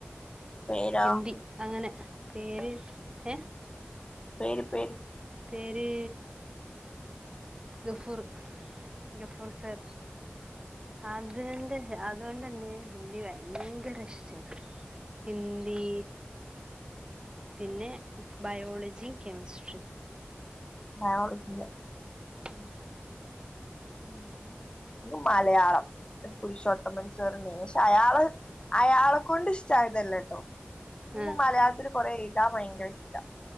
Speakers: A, on the left; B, on the right.
A: പേരോ
B: ഹിന്ദി അങ്ങനെ പേര് ഏഹ്
A: പേര് പേര്
B: പേര് ഗഫൂറ് ഗഫൂർ സർ അതോണ്ട അതോണ്ടന്നെ ഹിന്ദി ഭയങ്കര ഇഷ്ടയ്നു ഹിന്ദി പിന്നെ ബയോളജീം കെമസ്ട്രീം
A: ബയോളജി ലെ
B: മ് മ്
A: ഇൻക്ക് മലയാളം ഒരു പുരുഷോത്തമൻ സാറ്ണ്ടയ്ന് ക്ഷെ അയാള് അയാളെക്കൊണ്ട് ഇഷ്ടായതല്ലട്ടോ ഇൻക്
B: ആഹ്
A: മലയാളത്തില് കൊറെ എയ്താ ഭയങ്കരിഷ്ടാ